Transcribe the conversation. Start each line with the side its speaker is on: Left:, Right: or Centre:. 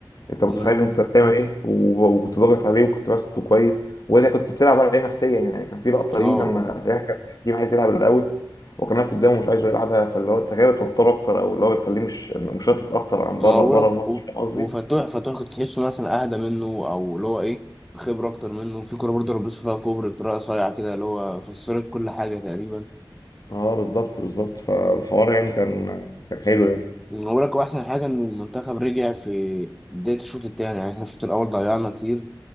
Left: انت متخيل
Centre: أمم.
Left: انت بتعمل ايه وب- وكنت ضاغط عليه وكنت ماسكه كويس وانت كنت بتلعب عليه نفسيا يعني كان في لقطه
Centre: آه
Left: ليه
Centre: آه.
Left: لما تقريباً كان حكيمي عايز يلعب الاوت وكان واقف قدامه ومش عايزه يلعبها فاللي هو انت كده بتوتره اكتر او اللي هو بتخليه مش مشتت اكتر عن
Centre: ما
Left: بره
Centre: هو
Left: بره
Centre: بقولك
Left: الماتش
Centre: و-
Left: فاهم قصدي؟
Centre: وفتوح فتوح كنت تحسه مثلا أهدى منه أو اللي هو إيه خبرة أكتر منه في كورة برضه لبسه فيها كوبري بطريقة صايعة كده اللي هو فسرت كل حاجة تقريبا
Left: اه بالظبط بالظبط فالحوار يعني كان كان حلو يعني
Centre: أنا بقول لك هو احسن حاجه ان المنتخب رجع في بدايه الشوط الثاني يعني احنا الشوط الاول ضيعنا كتير